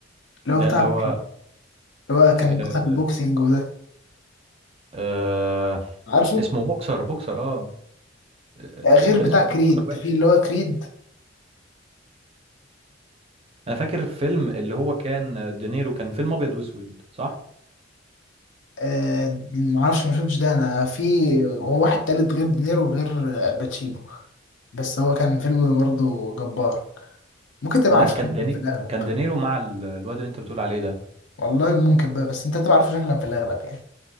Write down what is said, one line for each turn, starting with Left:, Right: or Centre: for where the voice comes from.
Left: اللي
Right: ده
Left: هو بتاع
Right: اللي هو
Left: روكي اللي هو
Right: في
Left: كان
Right: آه
Left: بطل البوكسينج وده
Right: آه
Left: عارفه؟
Right: اسمه بوكسر بوكسر اه آه،
Left: لا
Right: مش
Left: غير
Right: كان
Left: بتاع
Right: اسمه
Left: كريد
Right: بوكسر باين
Left: في اللي هو كريد
Right: انا فاكر فيلم اللي هو كان دينيرو كان فيلم ابيض واسود صح
Left: آه معرفش ما شفتش ده انا في هو واحد تالت غير دينيرو وغير آه، الباتشينو بس هو كان فيلم برضه جبار ممكن تبقى
Right: لا
Left: عارفه
Right: كان
Left: شكلا
Right: داني
Left: في الاغلب
Right: كان دينيرو مع ال- الواد اللي انت بتقول عليه ده
Left: والله ممكن بقى بس انت تبقى عارفه شكلا في الاغلب يعني